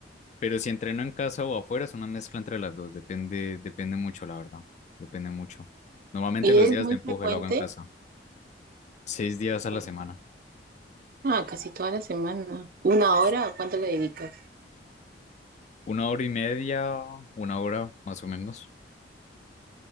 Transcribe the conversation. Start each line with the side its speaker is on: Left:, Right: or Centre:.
Left: pero si entreno en casa o afuera, es una mezcla entre las dos. Depende, depende mucho, la verdad. Depende mucho. Normalmente
Right: Y
Left: los
Right: es
Left: días
Right: muy
Left: de empuje
Right: frecuente.
Left: lo hago en casa. Seis días
Right: Sí.
Left: a la semana.
Right: Ah, casi toda la semana. ¿Una
Left: Pues,
Right: hora o cuánto le dedicas?
Left: Una hora y media, una hora más o menos.